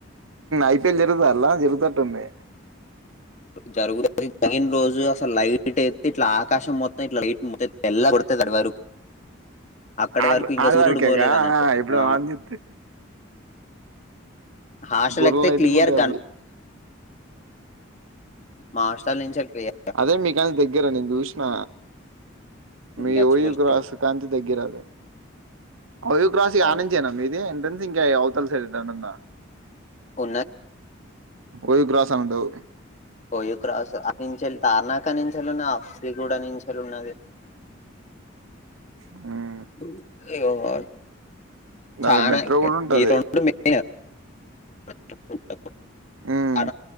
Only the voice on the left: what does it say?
జరుగుతుది జరిగిన రోజు అసలు లైట్ అయితే ఇట్లా ఆకాశం మొత్తం ఇట్లా లైట్ మొ తెల్ల కొడతంది అది వరకు అక్కడి
వరకు ఇంకా
సూర్యుడు
పోలేదు అన్నట్టు
ఆ
హాస్టల్
ఎక్కితే క్లియర్
మాస్టర్ నుంచి క్లియర్
గచ్చిపూడిలో
అవును
ఉ
పో ఇ క్రస్ తారణకని ఆఫి కూడా నించి ఫెరున్నద
<inaudible>
చనా
ఈ రెండు మెయిన్ <inaudible>